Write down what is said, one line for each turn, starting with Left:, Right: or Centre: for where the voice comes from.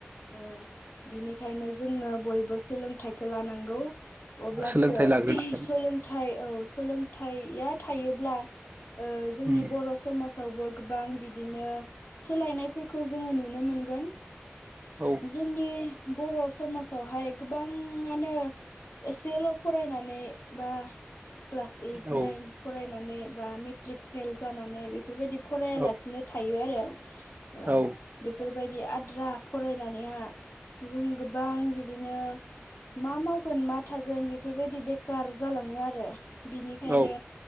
Left: ओ बिनि ओंखायनो जोङो बयबो सोलोंथाइखौ लानांगौ। अब्लासो
Right: औ सोलोंथाइ लाग्रोनांगोन
Left: सोलोंथाइ औ सोलोंथाइया थायोब्ला ओ जोंनि
Right: उम
Left: बर' समाजावबो गोबां बिदिनो सोलायनायफोरखौ जोङो नुनो मोनोन गोन
Right: औ
Left: जोंनि बर' समाजावहाय गोबाङानो एसेल' फरायनानै बा क्लास ओइट
Right: औ
Left: नाइन फरायनानै बा मेट्रिक फेल जानानै बे बेफोरबायदि फरायालासिनो
Right: औ
Left: थायो आरो ओ
Right: औ
Left: बेफोर बेबायायदि आद्रा फरायनानैहा जों गोबां बिदिनो मा मावगोन मा थागोन बेफोरबायदि बेखार जालाङो आरो बिनिखायनो
Right: औ